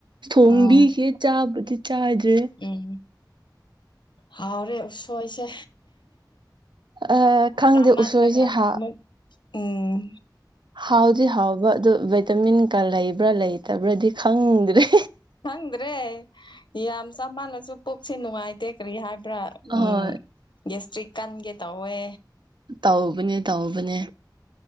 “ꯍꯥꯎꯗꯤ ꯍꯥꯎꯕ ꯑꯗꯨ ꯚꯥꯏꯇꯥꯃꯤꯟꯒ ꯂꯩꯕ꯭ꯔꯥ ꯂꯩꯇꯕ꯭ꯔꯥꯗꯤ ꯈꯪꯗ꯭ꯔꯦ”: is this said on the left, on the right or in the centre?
Right